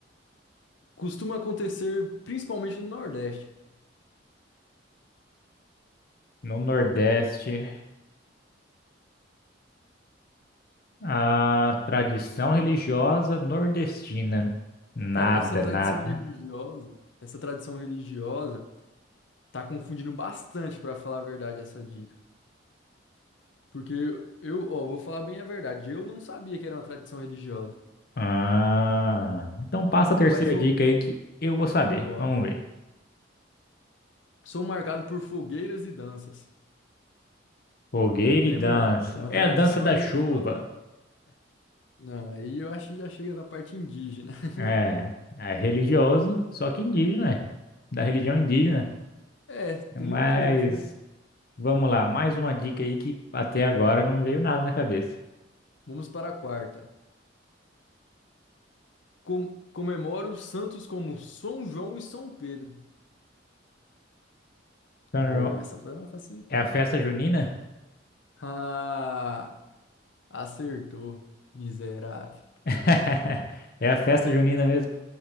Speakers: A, on the left; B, on the left.
A: Costuma acontecer principalmente no Nordeste.
B: No Nordeste. A tradição religiosa nordestina. Nada,
A: Cara, essa tradição
B: nada.
A: religiosa, essa tradição religiosa tá confundindo bastante, pra falar a verdade, essa dica. Porque eu, ó, vou falar bem a verdade, eu não sabia que era uma tradição religiosa.
B: Ah, então passa a terceira
A: Mas vou,
B: dica aí que eu vou saber.
A: bora.
B: Vamos ver.
A: Sou marcado por fogueiras e danças.
B: Fogueira
A: Lembrando,
B: e dança.
A: uma
B: É
A: tradição
B: a dança da
A: religiosa.
B: chuva.
A: Não, aí eu acho que já chega da parte indígena. <laughs>
B: É, é religioso, só que indígena, é. Da religião indígena.
A: É, tem
B: Mas
A: um ponto, né?
B: vamos lá, mais uma dica aí que até agora não me veio nada na cabeça.
A: Vamos para a quarta. Com, comemoro os santos como São João e São Pedro.
B: São
A: Oh,
B: João-
A: essa foi uma facilitada.
B: é a festa junina?
A: Ah, Acertou, miserável.
B: <laughs> É a festa junina mesmo?